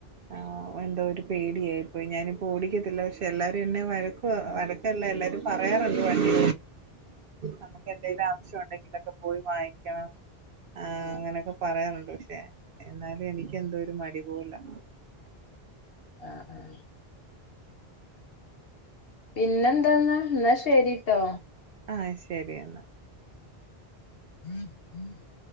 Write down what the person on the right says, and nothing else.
ആഹ് എന്തോ ഒരു പേടിയായി പോയി ഞാനിപ്പോ ഓടിക്കത്തില്ല പക്ഷെ എല്ലാരും എന്നെ വഴക്ക് വഴക്കല്ല എല്ലാരും പറ പറയാറുണ്ട് വണ്ടി നമുക്ക് എന്തെങ്കിലും ആവശ്യം ഉണ്ടെങ്കിലൊക്കെ പോയി വാങ്ങിക്കണം ആഹ്
അങ്ങനെയൊക്കെ പറയാറുണ്ട് പക്ഷെ എന്നാലും എനിക്ക് എന്തോ ഒരു മടി പോലാ
ആഹ് ശരി എന്നാൽ